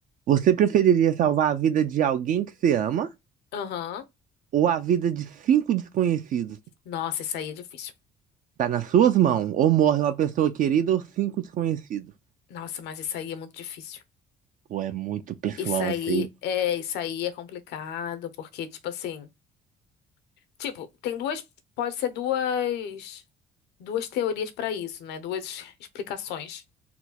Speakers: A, on the right; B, on the left.
A: Você preferiria salvar a vida de alguém que você ama
B: Aham.
A: ou a vida de cinco desconhecidos?
B: Nossa, isso aí é difícil.
A: Tá nas suas mãos. Ou morre uma pessoa querida ou cinco desconhecidos.
B: Nossa, mas isso aí é muito difícil.
A: Pô, é muito pessoal
B: Isso aí
A: isso aí.
B: é, isso aí é complicado, porque tipo assim, tipo, tem duas, pode ser duas, duas teorias pra isso, né? Duas explicações.